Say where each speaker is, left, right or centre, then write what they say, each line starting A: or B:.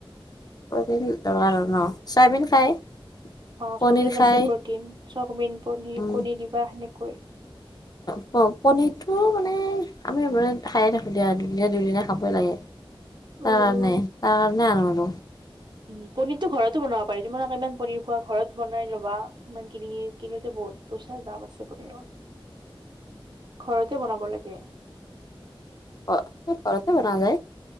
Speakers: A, on the left (about 45°); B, on the right (about 50°).
A: পনিৰ <unintelligible> ন, চয়াবিন খায়?
B: অ
A: পনীৰ
B: চমিনত
A: খায়
B: আছে প্ৰ'টিন চবিন পনীৰ
A: উম
B: কণী দিবা সেনেকৈ।
A: প পনীৰটো মানে আমি এনে খায়ে থাকো দিয় আৰু দুদিনা-দুদিনা খাবই লাগে। তাৰকাৰণে
B: উম, উম।
A: তাৰকাৰনে আনো আৰু।
B: উম, পনিৰতো ঘৰতো বনাব পাৰি তোমালোকে ইমান পনিৰ খোৱা ঘৰত বনাই ল'বা ইমান কিনি কিনোতে। বত পইচা দাম আছে পনীৰৰ ঘৰতে বনাব লাগে।
A: ৰ ঘৰতে বনোৱা যায়